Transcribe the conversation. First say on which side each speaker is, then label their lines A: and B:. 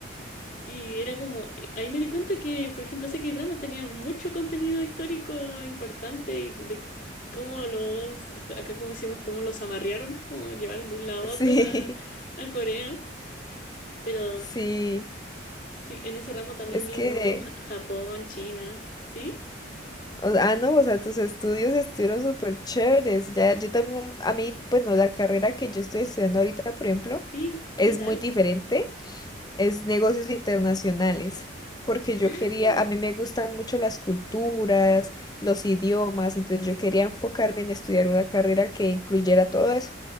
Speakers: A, on the left; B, on the left.
A: Y era como, eh, ahí me di cuenta que, por ejemplo, ese K-drama tenía mucho contenido histórico importante y de cómo los, acá como decíamos, cómo los amarrearon, cómo llevaron de un lado
B: Sí,
A: a otro a, a Corea. Pero
B: sí.
A: sí, en ese ramo también
B: Es
A: vimos
B: que,
A: Ja- Japón, China. ¿Sí?
B: o- ah, no, o sea, tus estudios estuvieron súper chéveres. Ya, yo también, a mí, bueno, la carrera que yo estoy estudiando ahorita, por ejemplo,
A: Sí,
B: es
A: ¿qué tal?
B: muy diferente. es negocios internacionales, porque yo
A: Ah,
B: quería, a mí me gustan mucho las culturas, los idiomas, entonces yo quería enfocarme en estudiar una carrera que incluyera todo eso.